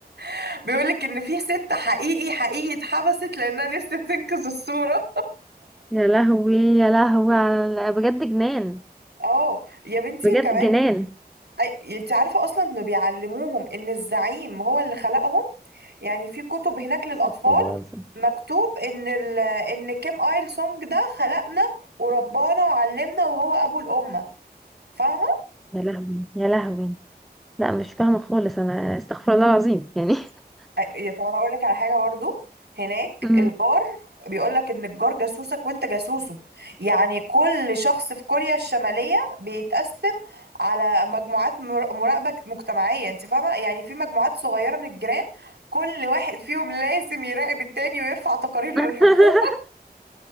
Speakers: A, on the right (about 85°); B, in the centre.
A: <laughs> بيقول لك ان في ست حقيقي حقيقي اتحبست لانها نفسها تنقذ الصوره
B: يا لهوي يا لهوي على بجد جنان
A: اه يا بنتي
B: بجد
A: كمان
B: جنان
A: أي- انت عارفه اصلا انه بيعلموهم ان الزعيم هو اللي خلقهم يعني في كتب هناك للاطفال
B: استغفر الله العظيم
A: مكتوب ان ال... ان كيم ايل سونج ده خلقنا وربانا وعلمنا وهو ابو الامه فاهمه
B: يا لهوي يا لهوي لا مش فاهمة خالص انا استغفر الله العظيم يعني <laughs>
A: أي- طب انا اقول لك على حاجه برضو هناك
B: أمم.
A: الجار بيقول لك ان الجار جاسوسك وانت جاسوسه يعني كل شخص في كوريا الشماليه بيتقسم على مجموعات مر- مراقبه مجتمعيه انت فاهمه يعني في مجموعات صغيره من الجيران كل واحد فيهم لازم يراقب التاني ويرفع تقارير
B: <laughs>
A: للحكومه